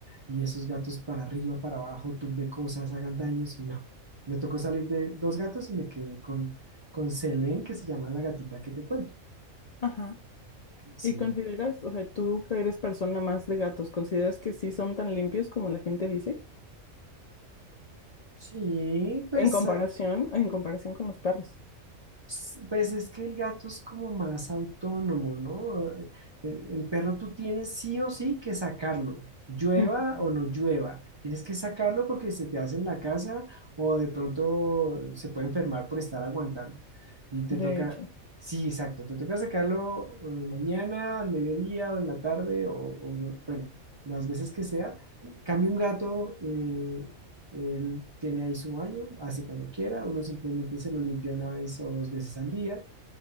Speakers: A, on the right; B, on the left.
A: Y esos gatos para arriba, para abajo, tumbe cosas, hagan daños y no. Me tocó salir de dos gatos y me quedé con, con Selene, que se llama la gatita que te cuento.
B: Ajá.
A: Sí,
B: ¿Y consideras, o sea, tú que eres persona más de gatos, consideras que sí son tan limpios como la gente dice?
A: Sí, pues,
B: En comparación,
A: ah,
B: en comparación con los perros.
A: s- pues es que el gato es como más autónomo, ¿no? Eh, eh, El, perro tú tienes sí o sí que sacarlo, llueva
B: Ujú,
A: o no llueva. Tienes que sacarlo porque se te hace en la casa o de pronto se puede enfermar por estar aguantando. Y te
B: De
A: toca,
B: hecho,
A: sí, exacto, te toca sacarlo eh, mañana, al mediodía o en la tarde o, o no- bueno, las veces que sea. Cambio un gato, eh, Él tiene ahí su baño, hace cuando quiera, uno simplemente se lo limpia una vez o dos veces al día.